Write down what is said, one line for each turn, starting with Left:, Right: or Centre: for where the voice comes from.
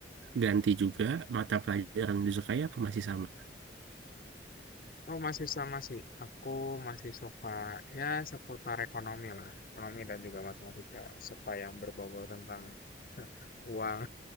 Right: ganti juga mata pelajaran yang disukai apa masih sama?
Left: Oh, masih sama sih. Aku masih suka ya seputar ekonomi lah. Ekonomi dan juga matematika. Suka yang berbobot tentang <laughs> uang